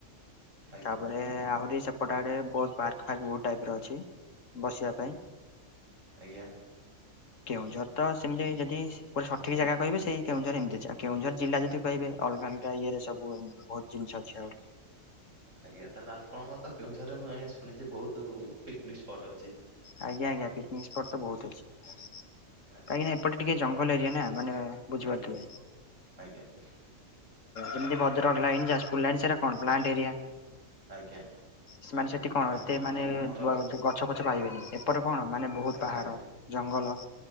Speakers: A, on the right (about 65°); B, on the left (about 65°).
A: ଆଜ୍ଞା
B: ତାପରେ ଆହୁରି ସେପଟ ଆଡେ ବହୁତ ପାର୍କ ଫାର୍କ ବହୁତ ଟାଇପ୍ ର ଅଛି। ବସିବା ପାଇଁ।
A: ଆଜ୍ଞା।
B: କେଉଁଝର ତ ସେମିତି ଯଦି ପୁରା ସଠିକ୍ ଜାଗା କହିବେ ସେଇ କେଉଁଝର ଏମିତି ଅଛି। ଆଉ କେଉଁଝର ଜିଲ୍ଲା ଯଦି କହିବେ ହେ ଅଲଗା ଅଲଗା ଇଏରେ ସବୁ ବହୁତ ଜିନିଷ ଅଛି ଆଉ।
A: ଆଜ୍ଞା ତାହେଲେ ଆପଣଙ୍କ ତ କେଉଁଝରେ ମୁଁ ଆଜ୍ଞା ଶୁଣିଚି ବହୁତୁ ପିକନିକ୍ ସ୍ପଟ୍ ଅଛି।
B: ଆଜ୍ଞା ଆଜ୍ଞା ପିକନିକ୍ ସ୍ପଟ୍ ତ ବହୁତ ଅଛି। କାହିଁକି
A: ଆଜ୍ଞା।
B: ନା ଏପଟେ ଟିକେ ଜଙ୍ଗଲ ଏରିଆ ନା। ମାନେ ବୁଝିପାରୁଥିବେ।
A: ଆଜ୍ଞା
B: ଅ,
A: ଆଜ୍ଞା ଆଜ୍ଞା
B: ଯେମିତି ଭଦ୍ରକ ଲାଇନ୍ ଯାଜପୁର ଲାଇନ୍ ସେଟା କଣ ପ୍ଲାଣ୍ଟ ଏରିଆ।
A: ଆଜ୍ଞା।
B: ସେମାନେ ସେଠି କଣ ଏତେ
A: ହଁ
B: ମାନେ
A: ଆମର
B: ବ- ଗଛ ଫଛ ପାଇବେନି ସେପଟ କଣ ମାନେ ବହୁତ
A: ଆଜ୍ଞା
B: ପାହାଡ,
A: ଆଜ୍ଞା।
B: ଜ ଜଙ୍ଗଲ